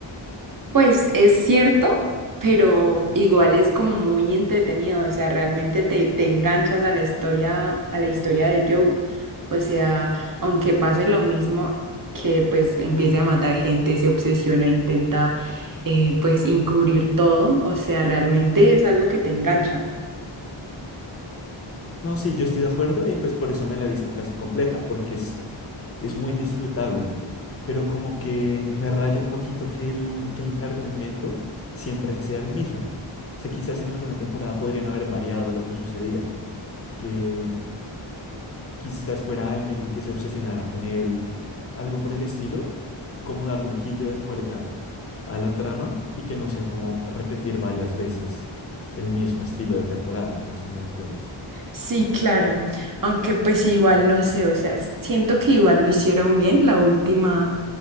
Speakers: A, on the right (about 45°); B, on the left (about 30°).
A: Pues es cierto, pero igual es como muy entretenido, o sea, realmente te, te enganchas a la historia, a la historia de Joe. O sea, aunque pase lo mismo que pues empiece a matar gente, se obsesiona, intenta eh, pues encubrir todo, o sea, realmente es algo que te engancha.
B: No, sí, yo estoy de acuerdo y pues por eso me la he visto casi completa, porque es, es muy disfrutable, pero como que me raya un poquito que el, que el argumento siempre sea el mismo. O sea, quizás en alguna temporada podrían haber variado lo que sucedía que quizás fuera alguien el que se obsesionara con él, algo por el estilo, como darle un giro de tuerca a la trama y que no sea como repetir varias veces el mismo estilo de temporada, no sé si me entiendes.
A: Sí, claro, aunque pues igual no sé, o sea, siento que igual lo hicieron bien la última.